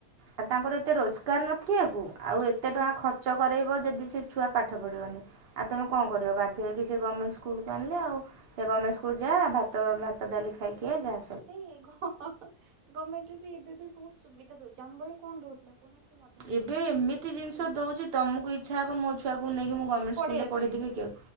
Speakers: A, on the right; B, on the right.
A: ଆଉ ତାଙ୍କର ଏତେ ରୋଜଗାର ନଥିବା କୁ ଆଉ ଏତେ
B: ହୁଁ
A: ଟଙ୍କା ଖର୍ଚ୍ଚ କରାଇବ ଯଦି ସେ ଛୁଆ ପାଠ ପଢ଼ିବନି ଆଉ ତୁମେ କଣ କରିବ ବାଧ୍ୟ ହେଇକି ସେ ଗଭର୍ଣ୍ଣମେଣ୍ଟ ସ୍କୁଲକୁ ଆଣିଲେ ଆଉ ସେ ଗଭର୍ଣ୍ଣମେଣ୍ଟ ସ୍କୁଲକୁ ଯାହା ଭାତ ଡାଲି ଖାଇକି ଯାହା
B: <unintelligible> ଗଭର୍ଣ୍ଣମେଣ୍ଟରେ ବି ଏବେ ବି ବହୁତ ସୁବିଧା ଦଉଛି ଆମ ଭଳି କଣ ଦଉ ଥିଲା କହୁ ନାହାନ୍ତି ମଧ୍ୟାହ୍ନ
A: ଏବେ
B: ଭୋଜନଟି
A: ଏମିତି
B: ବି ଠିକ
A: ଜିନିଷ
B: ସେ ମିଳୁନଥିଲା
A: ଦେଉଛି ତମକୁ ଇଚ୍ଛା ହେବ ମୋ ଛୁଆକୁ ନେଇକି ମୁଁ ଗଭର୍ଣ୍ଣମେଣ୍ଟ
B: ପଢେଇବା
A: ସ୍କୁଲରେ ପଢ଼େଇଦେବି
B: ପାଇଁ।
A: କି ଆଉ